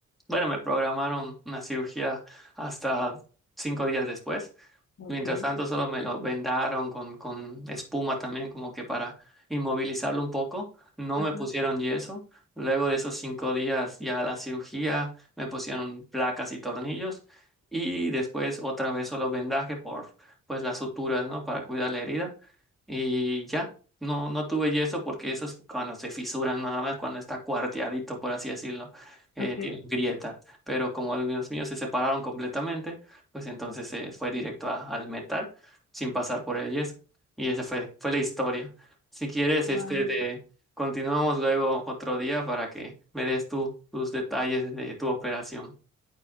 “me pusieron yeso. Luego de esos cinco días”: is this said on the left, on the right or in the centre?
Centre